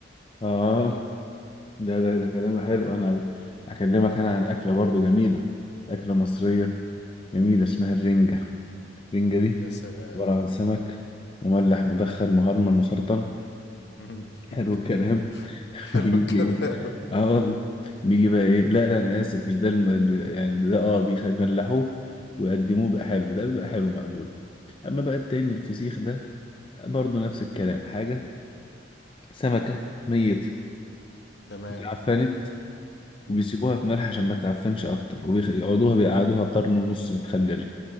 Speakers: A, on the left (about 25°); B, on the left (about 55°).
A: آه ده ده ده كلام حلو انا اكلمك انا عن اكله برضو جميله اكله مصريه جميله اسمها الرنجه الرنجه دي
B: يا سلام
A: عباره عن سمك مملح مدخن مهرمن مسرطن
B: <laughs>
A: حلو الكلام <laughs>
B: حلو
A: بيجي
B: الكلام
A: ايه اه والله. بيجي بقى ايه لا لا انا اسف مش ده الم... يعني ده اه بيخ- بيملحوه ويقدموه بقى حلو ده بيبقى حلو مقبول اما بقى التاني الفسيخ ده برضو نفس الكلام حاجه سمكه ميت
B: تمام
A: اتعفنت
B: مم.
A: وبيسيبوها في ملح عشان ما تعفنش اكتر وبيقعدوها بيقعدوها قرن ونص متخلله